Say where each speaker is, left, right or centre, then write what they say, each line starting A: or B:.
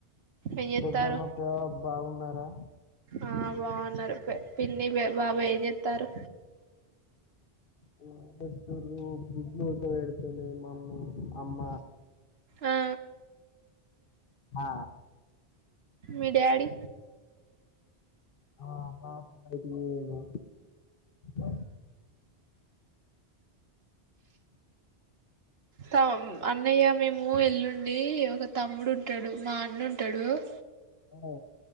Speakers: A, on the right; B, on the left.
A: ఏం చేత్తారు
B: పెద్దమ్మత్తయ్య బాగున్నారా?
A: ఆ బాగున్నారు. పిన్ని బాబాయ్ ఏం చేత్తారు?
B: గుడ్లిస్తురు. గుడ్లు ఉడక పెడుతుంది మమ్మీ. అమ్మ
A: ఆ
B: ఆ
A: మీ డాడి?
B: ఆ బాపు బయటికి పోయిండు. ఆ
A: తమ్ అన్నయ్య మేము ఎల్లుండి ఒక తమ్ముడు ఉంటాడు. మా అన్నుంన్టాడు. డు
B: ఆ